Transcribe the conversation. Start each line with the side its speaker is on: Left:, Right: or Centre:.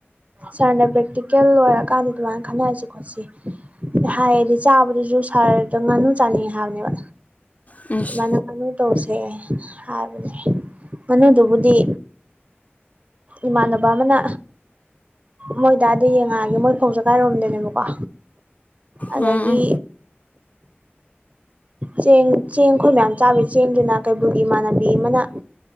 Right: ꯁꯥꯔꯅ ꯄ꯭ꯔꯦꯛꯇꯤꯀꯦꯜ ꯂꯣꯏꯔꯀꯥꯟꯗ ꯑꯗꯨꯃꯥꯏꯅ ꯈꯟꯅꯔꯁꯤ ꯈꯣꯠꯁꯤ ꯍ ꯍꯥꯏ ꯗꯨ ꯆꯕꯗꯨꯁꯨ ꯁꯥꯔꯗꯣ ꯉꯥꯅꯨ ꯆꯥꯅꯤꯡꯉꯦ ꯍꯥꯏꯕꯅꯦꯕꯥ
Left: ꯏꯁ
Right: ꯃꯥꯅ ꯉꯅꯨ ꯇꯧꯁꯦ ꯍꯥꯏꯕꯅꯦ ꯉꯅꯨꯗꯨꯕꯨꯗꯤ ꯏꯃꯥꯟꯅꯕ ꯑꯃꯅ ꯃꯣꯏꯗꯥꯏꯗ ꯌꯦꯡꯉꯛꯑꯒꯦ ꯃꯣꯏ ꯐꯧꯖ ꯀꯥꯏ ꯔꯣꯝꯗꯩꯅꯦꯕꯥꯀꯣ ꯑꯗꯒꯤ
Left: ꯎꯝ ꯎꯝ
Right: ꯆꯦꯡ ꯆꯦꯡ ꯑꯩꯈꯣꯏ ꯃꯌꯥꯝ ꯆꯥꯕꯒꯤ ꯆꯦꯡꯗꯨꯅ ꯀꯩꯕꯨꯜꯒꯤ ꯏꯃꯥꯟꯅꯕꯤ ꯑꯃꯅ